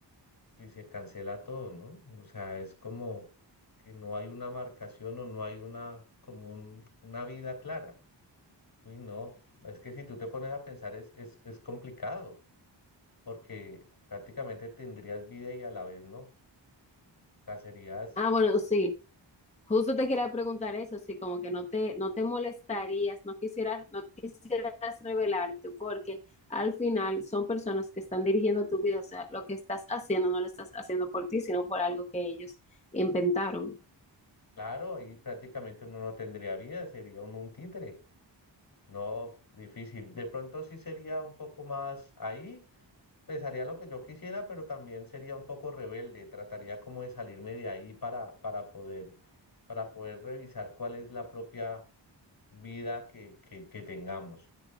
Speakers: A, on the left; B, on the left.
A: si se cancela todo, ¿no? O sea, es como que no hay una marcación o no hay una, como un- una vida clara. Uy, no, es que si tú te pones a pensar es, es, es complicado, porque prácticamente tendrías vida y a la vez no. O sea, serías,
B: Ah, bueno, sí. Justo te quería preguntar eso, sí, como que no te, no te molestarías, no quisieras, no quisieras revelarte, porque al final son personas que están dirigiendo tu vida, o sea, lo que estás haciendo no lo estás haciendo por ti, sino por algo que ellos inventaron.
A: claro, ahí prácticamente uno no tendría vida, sería un, un títere. No, difícil. De pronto sí sería un poco más ahí, pensaría lo que yo quisiera, pero también sería un poco rebelde, trataría como de salirme de ahí para, para poder, para poder revisar cuál es la propia vida que, que, que tengamos.